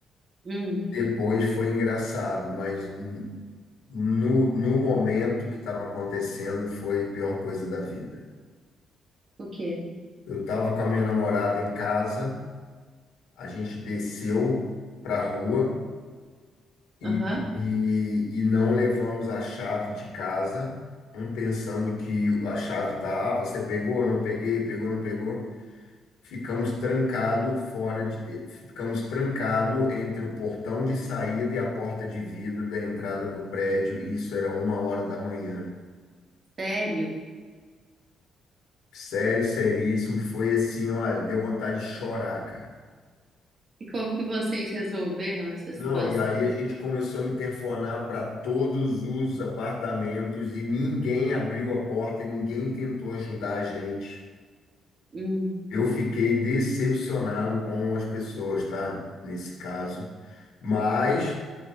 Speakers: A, on the right; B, on the left.
A: Hum,
B: Depois foi engraçado, mas n- no, no momento que estava acontecendo foi a pior coisa da vida.
A: o quê?
B: Eu estava com a minha namorada em casa, a gente desceu para a rua. E,
A: Aham,
B: e, e não levamos a chave de casa, um pensando que a chave tá, ah, você pegou, não peguei, pegou, não pegou. Ficamos trancado fora de, ficamos trancado entre o portão de saída e a porta de vidro da entrada do prédio, e isso era uma hora da manhã.
A: sério?
B: Sério, seríssimo, foi assim, olha, deu vontade de chorar, cara.
A: E como que vocês resolveram essa situação?
B: Não, e aí a gente começou a interfonar para todos os apartamentos e ninguém abriu a porta, ninguém tentou ajudar a gente.
A: Hum,
B: Eu fiquei decepcionado com as pessoas, tá? Nesse caso. Mas